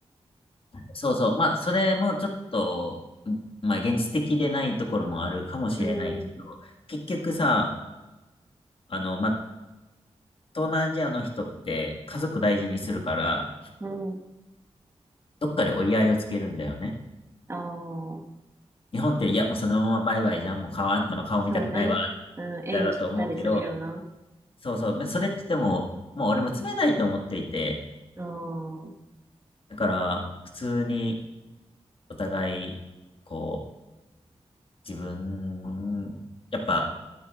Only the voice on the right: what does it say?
うん、
うん。
ああ、
そうね。
うん、縁切ったりするよな。
ああ、うん、